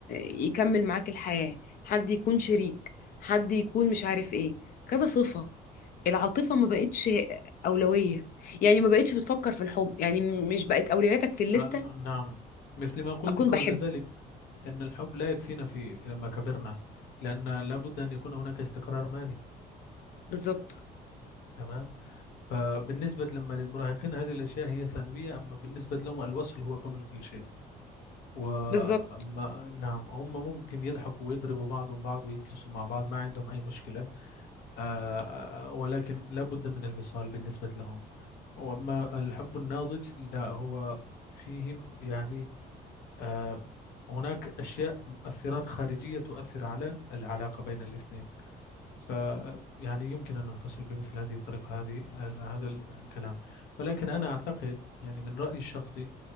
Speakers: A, on the left (about 60°); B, on the left (about 80°).
A: يكمل معاك الحياة حد يكون شريك حد يكون مش عارف ايه كذا صفة العاطفة ما بقتش أولوية يعني ما بقتش بتفكر في الحب يعني م- مش بقت أولوياتك في الليستة
B: آه، نعم مثل ما قلت
A: أكون
B: قبل
A: بحب
B: ذلك أن الحب لا يكفينا في في لما كبرنا لأن لابد أن يكون هناك استقرار مالي
A: بالظبط
B: تمام؟ فبالنسبة لما للمراهقين هذه الأشياء هي ثانوية أما بالنسبة لهم الوصل هو قبل كل شيء وأما
A: بالظبط
B: نعم هم ممكن يضحكوا ويضربوا بعضهم بعض ويجلسوا مع بعض ما عندهم أي مشكلة آه ولكن لابد من الوصال بالنسبة لهم وأما الحب الناضج لا هو فيهم يعني آه هناك أشياء مؤثرات خارجية تؤثر على العلاقة بين الاثنين ف يعني يمكن أن نفصل بمثل هذه الطريقة هذه هذا الكلام ولكن أنا أعتقد يعني من رأيي الشخصي